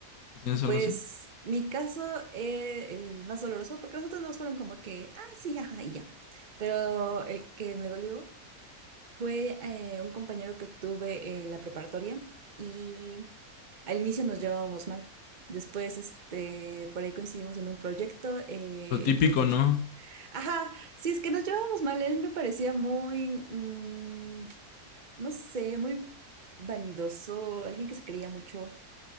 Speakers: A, on the left; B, on the right.
A: ¿Tú tienes algo
B: pues
A: así?
B: mi caso, es el más doloroso, porque los otros no fueron como que, ay, sí, ajá, y ya. Pero el que me dolió Fue eh, un compañero que tuve en la preparatoria y al inicio nos llevábamos mal. Después, este, por ahí coincidimos en un proyecto, eh,
A: Lo típico,
B: empezamos a...
A: ¿no?
B: Ajá, sí, es que nos llevábamos mal. Él me parecía muy, mm, no sé, muy vanidoso, alguien que se creía mucho.